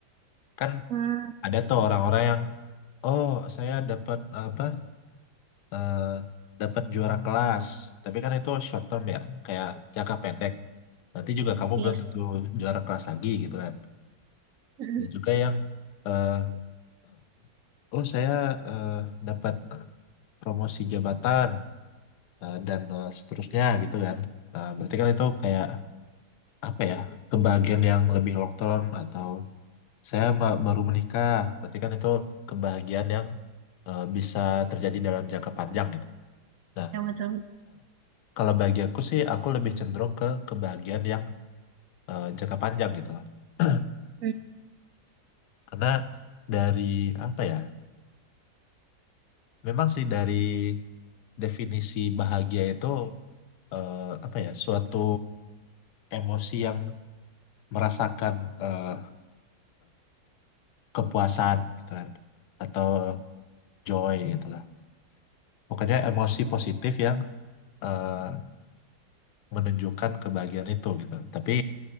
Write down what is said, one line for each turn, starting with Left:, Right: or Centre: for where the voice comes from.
Left: Kan
Right: Hmm,
Left: ada tuh orang-orang yang oh saya dapat apa eh, dapat juara kelas, tapi kan itu short term ya, kayak jangka pendek. Nanti juga kamu
Right: iya.
Left: belum tentu juara kelas lagi gitu kan.
Right: Mm.
Left: Dan juga yang eh, <clears throat> oh saya eh, dapat promosi jabatan eh, dan eh, seterusnya gitu kan. Nah, berarti kan itu kayak apa ya kebahagiaan yang lebih long term atau saya ba- baru menikah, berarti kan itu kebahagiaan yang eh, bisa terjadi dalam jangka panjang gitu. Nah,
Right: Iya betul betul.
Left: Kalau bagi aku sih, aku lebih cenderung ke kebahagiaan yang eh, jangka panjang gitu lah. <clears throat>
Right: Mm.
Left: Karena dari apa ya? Memang sih dari definisi bahagia itu eh, apa ya? Suatu emosi yang merasakan eh, kepuasan gitu kan, atau joy gitu lah. Pokoknya emosi positif yang eh, menunjukkan kebahagiaan itu gitu. Tapi